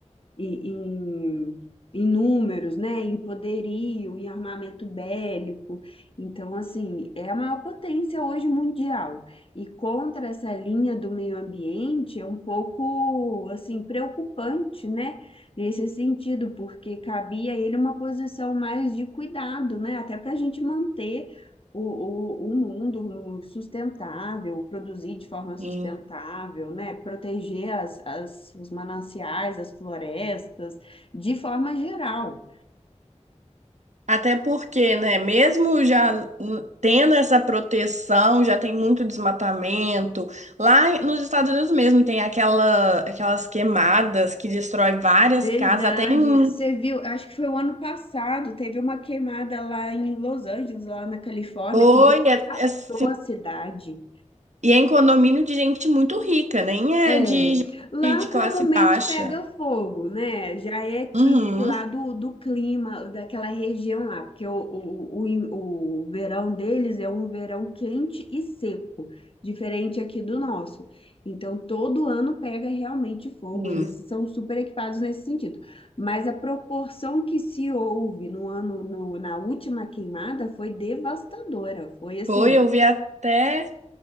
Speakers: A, on the left; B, on the right.
A: em, em, em números, né? Em poderio, em armamento bélico. Então, assim, é a maior potência hoje mundial. E contra essa linha do meio ambiente é um pouco, assim, preocupante, né? Nesse sentido, porque cabia a ele uma posição mais de cuidado, né? Até para a gente manter o, o, o mundo sustentável, produzir de forma sustentável,
B: Sim.
A: né? Proteger as, as, os mananciais, as florestas, de forma geral.
B: Até porque, né, mesmo já n- tendo essa proteção, já tem muito desmatamento. Lá em- nos Estados Unidos mesmo tem aquela, aquelas queimadas que destrói várias
A: Verdade.
B: casas, até em...
A: Você viu, acho que foi o ano passado, teve uma queimada lá em Los Angeles, lá na Califórnia,
B: Oi,
A: que devastou
B: é- é assim,
A: a cidade.
B: e é em condomínio de gente muito rica, nem é
A: É,
B: de
A: lá
B: gente de
A: comumente
B: classe baixa.
A: pega fogo, né? Já é típico
B: Uhum,
A: lá do, do clima daquela região lá, porque o, o, o, in- o verão deles é um verão quente e seco, diferente aqui do nosso. Então, todo ano pega realmente fogo,
B: sim.
A: eles são super equipados nesse sentido. Mas a proporção que se houve no ano, no- na última queimada foi devastadora, foi assim,
B: Foi, eu vi até